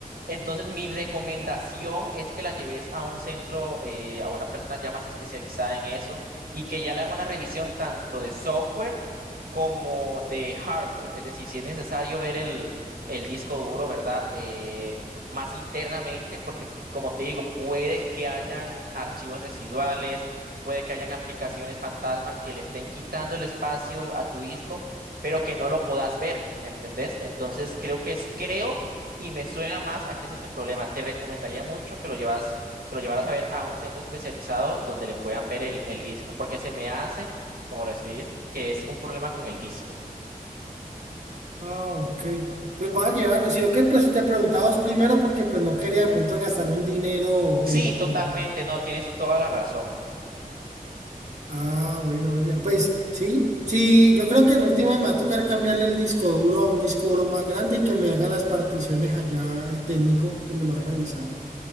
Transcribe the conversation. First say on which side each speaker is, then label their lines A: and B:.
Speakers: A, on the right; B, on the right.
A: Entonces, mi recomendación es que la lleves a un centro, eh, a una persona ya más especializada en eso y que ya le haga una revisión tanto de software como de hardware. Es decir, si es necesario ver el, el disco duro, ¿verdad? Eh, más internamente, porque como te digo, puede que hayan archivos residuales, puede que hayan aplicaciones fantasma que le estén quitando el espacio a tu disco, pero que no lo puedas ver, ¿me entendés? Entonces, creo que es, creo y me suena más a que es ese problema. Te recomendaría mucho que lo llevas, que lo llevaras a ver a un centro especializado donde le puedan ver el, el disco, porque se me hace, como lo escribís, que es un problema con el disco.
B: Ah, ok. Pues voy a llevarlo. Sino que pues te preguntabas primero porque pues no quería de pronto gastar un dinero
A: Sí,
B: en... vano.
A: totalmente, no, tienes toda la razón.
B: Ah, bueno, William, pues sí, sí, yo creo que en última me va a tocar cambiarle el disco duro a un disco duro más grande y que me haga las particiones allá el técnico que me lo va a revisar.